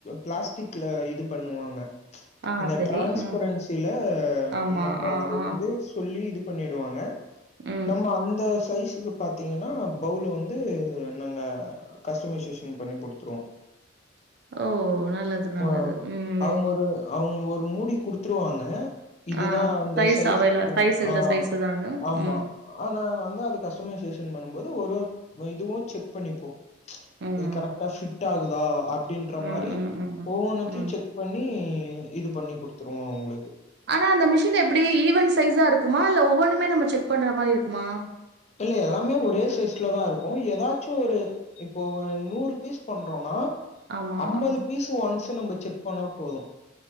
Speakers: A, on the left; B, on the right.
A: பிளாஸ்டிக்ல இது பண்ணுவாங்க
B: ஆ
A: அந்த
B: சரி
A: டிரான்ஸ்பரன்சில
B: ம் ஆமா
A: நம்ம
B: ஆ
A: அது
B: ஆ
A: வந்து சொல்லி இது பண்ணிடுவாங்க
B: ம்
A: நம்ம அந்த சைஸக்கு பாத்தீங்ன்னா பவுல வந்து நாங்க கஸ்டமைசேஷன் பண்ணி குடுத்துருவோ
B: ஓ நல்லது நல்லது
A: ஆ
B: ம்
A: அவுங்க ஒரு அவுங்க ஒரு மூடி குடுத்துருவாங்க இதுதா
B: ஆ
A: அந்த
B: சைஸ்
A: சைஸ்கியா
B: அவைல சைஸ்
A: ஆ
B: இந்த சைஸு தானு
A: ஆமா
B: ம்
A: ஆ நாங்க வந்து அது கஸ்டமைசேஷன் பண்ணுபோது ஒருவொரு இதுவும செக் பண்ணிப்போ
B: ம்
A: இது கரெக்டா ஃபிட் ஆகுதா அப்டின்ற
B: ம்,
A: மாரி
B: ம், ம்,
A: ஒவ்வொன்னத்தையும்
B: ம், ம்.
A: செக் பண்ணி இது பண்ணி குடுத்துருவோ அவுங்களுக்கு
B: ஆனா அந்த மிஷின் எப்டி ஈவன் சைஸா இருக்குமா இல்ல ஒவ்வொன்னுமே நம்ம செக் பண்ற மாரி இருக்குமா
A: இல்ல எல்லாமே ஒரே சைஸ்ல தா இருக்கும எதாச்சு ஒரு இப்போ ஒரு நூறு பீஸ் பண்றோனா
B: ஆமா.
A: அம்பது
B: ஆ.
A: பீஸ் ஒன்ஸ நம்ம செக் பண்ணா போது